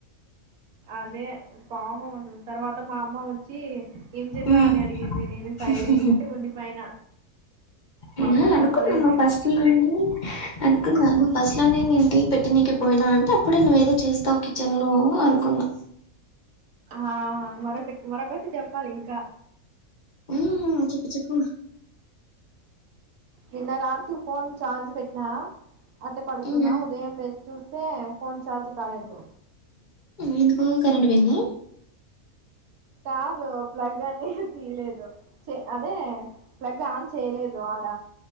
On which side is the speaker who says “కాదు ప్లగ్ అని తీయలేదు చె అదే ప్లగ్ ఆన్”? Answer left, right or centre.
Right